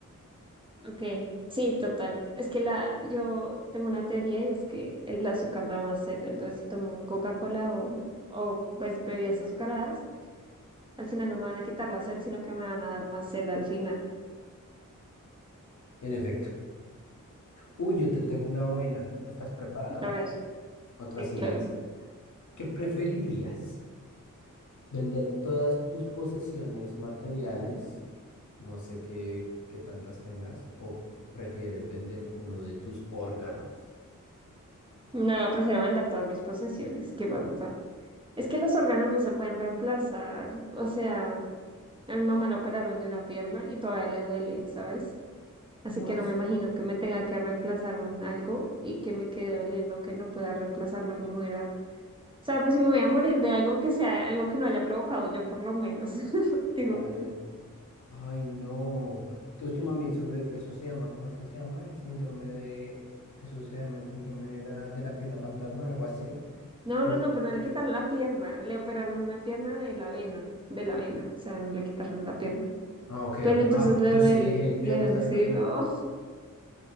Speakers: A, on the right; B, on the left.
A: Ok, sí, total. Es que la, yo tengo una teoría y es que el azúcar da más sed, entonces si tomo Coca-Cola o, o pues bebidas azucaradas, al final no me van a quitar la sed, sino que me van a dar más sed al final.
B: En efecto. Uy, yo te tengo una buena. ¿Estás preparada?
A: A ver,
B: Otra
A: sí,
B: así
A: claro.
B: densa. ¿Qué preferirías? ¿Vender todas tus posesiones materiales? No sé qué, qué tantas tengas. ¿O prefieres vender uno de tus órganos?
A: No, prefiero vender todas mis posesiones, ¿qué pasa? Es que los órganos no se pueden reemplazar, o sea, a mi mamá la operaron de una pierna y todavía le duele, ¿sabes? Así
B: ¿Cómo
A: que
B: así?
A: no me imagino que me tenga que reemplazar un algo y que me quede doliendo que no pueda reemplazarlo ni muera. O sea, pues si me voy a morir de algo que sea algo que no haya provocado yo por lo menos. <laughs> Digo,
B: Vale. Ay, no. Entonces tu mami sufre, eso se llama, ¿cómo es que se llama? El síndrome de, eso se llama el síndrome de la, de la pierna fantasma, algo así.
A: no,
B: que
A: no,
B: es-
A: no, pero no le quitaron la pierna, le operaron una pierna de la vena, de la vena, o sea, no le quitaron la pierna.
B: Ah, ok,
A: Pero
B: ok.
A: entonces
B: Ah,
A: le
B: yo
A: duele,
B: sí dije, yo
A: le
B: ya me
A: duele,
B: estaba
A: <laughs> sí,
B: imaginando.
A: no,